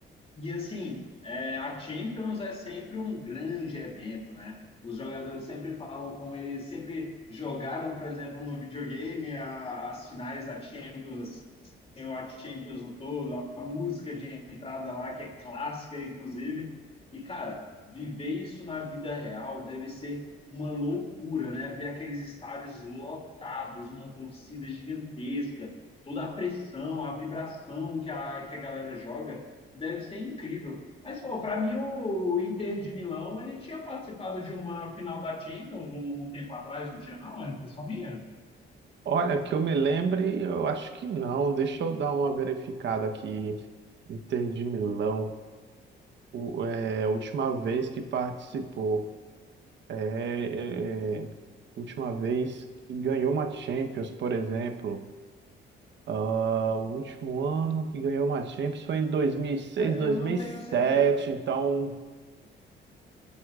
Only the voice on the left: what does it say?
E assim, é, a Champions é sempre um grande evento, né? Os jogadores sempre falam como eles sempre jogaram, por exemplo, no videogame, a- as finais da Champions, assim, a Champions no todo, a música de entrada lá, que é clássica, inclusive. E, cara, viver isso na vida real deve ser uma loucura, né? Ver aqueles estádios lotados, uma torcida gigantesca, toda a pressão, a vibração que a, que a galera joga. Deve ser incrível. Mas, pô, para mim, o Inter de Milão, ele tinha participado de uma final da Champions um, um tempo atrás, não tinha, não? Era impressão minha?
É, eu não tenho certeza.